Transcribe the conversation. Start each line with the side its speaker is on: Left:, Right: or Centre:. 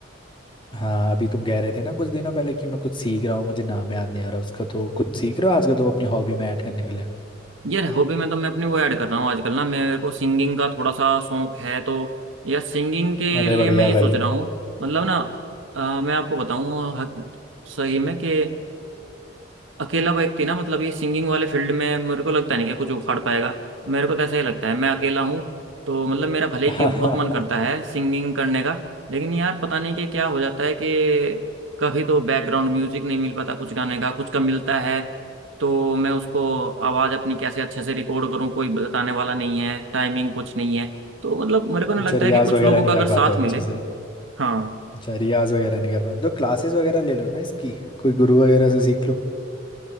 Left: हाँ अभी तुम कह रहे थे ना कुछ दिनों पहले कि मैं कुछ सीख रहा हूँ मुझे नाम याद नहीं आ रहा उसका तो कुछ सीख रहे हो आजकल तुम अपनी हॉबी में ऐड करने के लिए
Right: यार हॉबी में तो मैं अपनी वो ऐड कर रहा हूँ आजकल ना मेरे को सिंगिंग का थोड़ा सा शौक है तो यार सिंगिंग के
Left: अरे
Right: लिए
Left: बढ़िया
Right: मैं ये
Left: भाई
Right: सोच रहा हूँ मतलब ना अ, मैं आपको बताऊँ सही में कि अकेला व्यक्ति ना मतलब ये सिंगिंग वाले फील्ड में मेरे को लगता नहीं कि कुछ उखाड़ पाएगा मेरे को तो ऐसा ही लगता है मैं अकेला हूँ तो मतलब मेरा भले ही
Left: <laughs> अच्छा
Right: कि बहुत मन करता है सिंगिंग करने का लेकिन यार पता नहीं कि क्या हो जाता है कि कभी तो बैकग्राउंड म्यूजिक नहीं मिल पाता कुछ गाने का कुछ का मिलता है तो मैं उसको आवाज़ अपनी कैसे अच्छे से रिकॉर्ड करूँ कोई बताने वाला नहीं है टाइमिंग कुछ नहीं है तो मतलब मेरे को ना लगता
Left: रियाज
Right: है कि कुछ
Left: वगैरह
Right: लोगों
Left: नहीं
Right: का अगर
Left: कर
Right: साथ
Left: पाते हो अच्छे
Right: मिले
Left: से
Right: हाँ
Left: अच्छा रियाज वगैरह नहीं कर पाते तो क्लासेस वगैरह ले लो ना इसकी कोई गुरु वगैरह से सीख लो